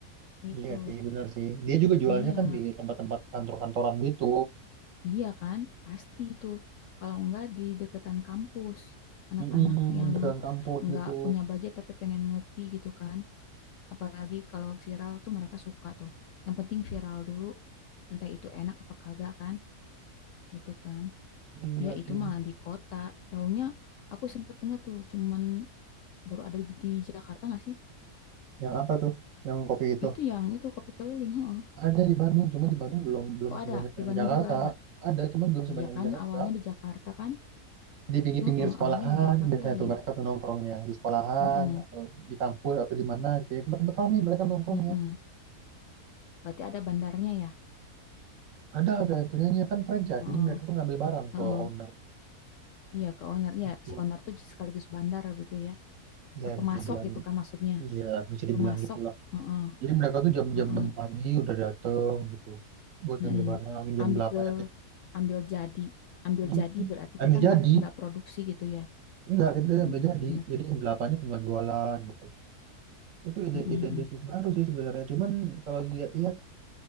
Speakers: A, on the left (about 70°); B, on the right (about 65°).
A: gitu.
B: iya sih benar sih dia juga jualnya
A: Iya.
B: kan di tempat-tempat kantor-kantoran gitu
A: Iya kan? Pasti itu. Kalau enggak di deketan kampus, anak-anak
B: Mm-mm,
A: yang
B: dekat kampus
A: enggak
B: gitu.
A: punya budget tapi pengen ngopi gitu kan. Apalagi kalau viral tuh mereka suka tuh. Yang penting viral dulu, entah itu enak apa kagak kan, gitu kan.
B: Iya
A: Ya itu
B: sih.
A: mah di kota. Taunya aku sempet denger tuh, cuman baru ada di di Jakarta nggak sih?
B: Yang apa tuh? Yang kopi itu?
A: Itu yang itu kopi keliling, heeh.
B: Ada di Bandung, cuma di Bandung belum belum
A: Oh
B: sebanyak
A: ada, di
B: yang
A: Bandung
B: di Jakarta.
A: juga ada.
B: Ada, cuma belum sebanyak
A: Iya
B: yang
A: kan,
B: di Jakarta.
A: awalnya di Jakarta kan?
B: Di pinggir-pinggir
A: Heeh,
B: sekolahan
A: awalnya di Jakarta
B: biasanya
A: dia.
B: tuh mereka tuh nongkrongnya di sekolahan
A: Heeh.
B: atau di kampus atau di mana gitu. ya. Tempat-tempat ramai mereka nongkrongnya.
A: Mm-mm. Berarti ada bandarnya ya?
B: Ada ada yang punyanya kan franchise,
A: Heeh,
B: jadi mereka tuh ngambil barang
A: heeh.
B: ke owner
A: Iya ke owner. Iya,
B: gitu.
A: si owner tuh sekaligus bandar gitu ya.
B: Ya
A: Eh, Pemasok
B: bisa dibilang,
A: gitu kan maksudnya.
B: iya bisa dibilang
A: Pemasok.
B: gitu lah.
A: Heeh,
B: Jadi mereka tuh jam-jam
A: heeh,
B: 6 pagi udah dateng gitu buat
A: heeh.
B: ngambil barang jam
A: Ambil
B: 8
A: ambil jadi. Ambil
B: Hmm,
A: jadi berarti
B: ambil
A: kita
B: jadi
A: nggak nggak produksi gitu ya.
B: enggak kita
A: Mm,
B: ambil jadi
A: bener.
B: jadi ambil apanya tinggal jualan gitu itu ide
A: Mm,
B: ide
A: mm,
B: bisnis baru sih sebenarnya cuman kalau dilihat-lihat